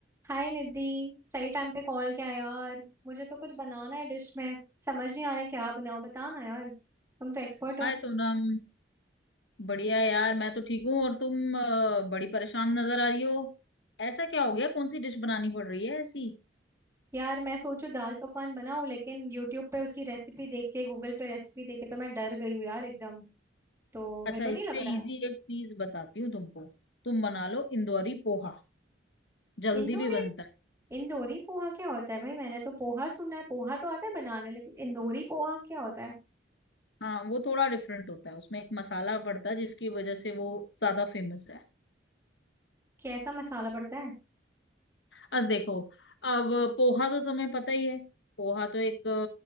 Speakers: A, on the right; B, on the left.
A: हाय निधि सही टाइम पे कॉल किया यार मुझे तो कुछ बनाना है डिश में समझ नहीं आ रहा है क्या बनाऊं बताओ ना यार तुम तो एक्सपर्ट हो
B: हाय सोनम बढ़िया यार मैं तो ठीक हूँ और तुम अ, बड़ी परेशान नजर आ रही हो ऐसा क्या हो गया कौन सी डिश बनानी पड़ रही है ऐसी
A: यार मैं सोचू दाल पकवान बनाऊं लेकिन यूट्यूब पे उसकी रेसिपी देख के गूगल पे रेसिपी देख के तो मैं डर गई हूँ यार एकदम तो
B: अच्छा
A: मेरे को नहीं
B: इससे
A: लग रहा
B: इजी
A: है।
B: एक चीज बताती हूँ तुमको तुम बना लो इंदौरी पोहा जल्दी
A: इंदौरी
B: भी बनता है
A: इंदौरी पोहा क्या होता है भाई मैंने तो पोहा सुना है पोहा तो आता है बनाने लेकिन इंदौरी पोहा क्या होता है
B: हाँ वो थोड़ा डिफरेंट होता है उसमें एक मसाला पड़ता है जिसकी वजह से वो ज्यादा फेमस है
A: कैसा मसाला पड़ता है
B: अब देखो अब पोहा तो तुम्हें पता ही है पोहा तो एक